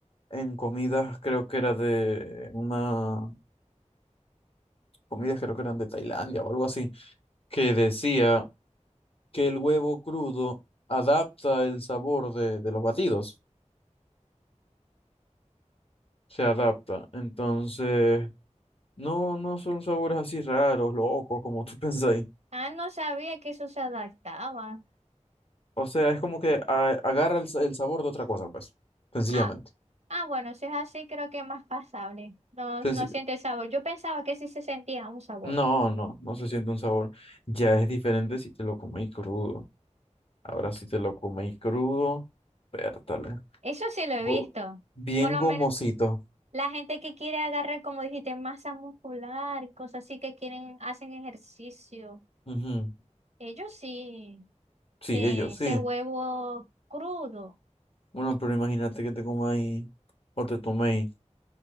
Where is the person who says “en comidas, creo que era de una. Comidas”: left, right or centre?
Left